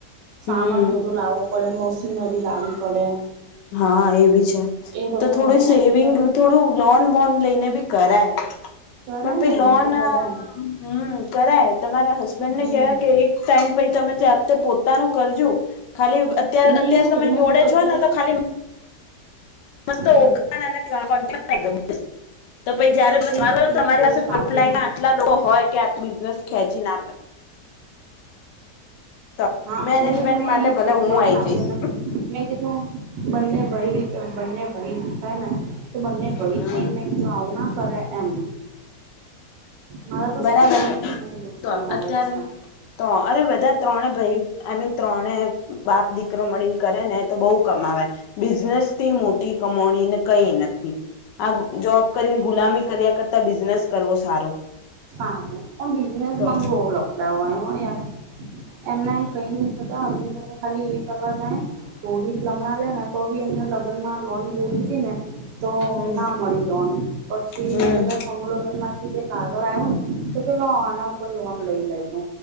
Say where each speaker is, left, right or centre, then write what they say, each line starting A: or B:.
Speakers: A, on the right (about 85°); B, on the left (about 80°).
A: સામાન
B: હમ
A: બધું લાવવો પડે મશીનરી લાવવી પડે.
B: હા એ બી છે,
A: એ બધું
B: તો થોડું
A: હોય
B: સેવિંગ
A: ને એટલે
B: થોડું લોન બોન લઈને બી કરાય.
A: કરાય
B: પણ ભઈ
A: ને
B: લોન,
A: એમ તો કરાય
B: હમ્મ. કરાય તમારા હસબન્ડને
A: હમ
B: કેહેવાય કે એક ટાઈમ પછી તમેતે પોતાનું કરજો. ખાલી અત્યારે
A: મેં
B: અત્યારે
A: એજ કીધું
B: તમે
A: મેં
B: જોડે
A: કીધું અત્યારે
B: છો ને તો ખાલી મસ્ત
A: હમ
B: ઓળખાન અને કોન્ટેક <inaudible> તો પછી જયારે
A: તે
B: મારોને તમારી
A: એ બહુ
B: પાસે
A: સારી
B: પાઇપલાઈન ના આટલા લોકો હોય કે આ બિઝનેસ ખેંચીને આપે. તો
A: હા
B: મેનેજમેન્ટ
A: એ મેં
B: માટે
A: એજ
B: ભલે
A: કીધું
B: હું
A: મારા
B: આઈ
A: સાસુ
B: જઈશ
A: ને મેં કીધું. બંને ભાઈ બંને ભાઈ છે ને તો બંને
B: હમ
A: ભઈ થઈને ને આવું ના કરે એમ મારા તો
B: બરાબર
A: સસરાને
B: છે
A: બી બહુ ગુસ્સા
B: તો
A: નોલેજ
B: અત્યારે
A: છે
B: તો અરે બધા ત્રણે ભાઈ આઈમીન ત્રણે બાપ દીકરો મળીને કરે ને તો બઉ કમાવે બિઝનેસ થી મોટી કમાણી. કઈ નથી આ જોબ કરીને ગુલામી કર્યા કરતા બિઝનેસ કરવો સારો
A: સારું પણ બિઝનેસમાં
B: તો
A: બહુ લફડા હોય હો યાર એમના એમ કઈ નહી થતા <unintelligible> તો ખાલી એ કરવા જાય. થોડીક <unintelligible> લે ને તો બી એમને લગ્નમાં લોન જોઈતી હતી ને તો
B: હમ
A: ના મળી લોન પછી
B: હમ
A: પેલા સમૂહ લગ્ન માંથી જે ક આવયુ ને તો પેલા આના ઉપર લોન લઈ લેજો.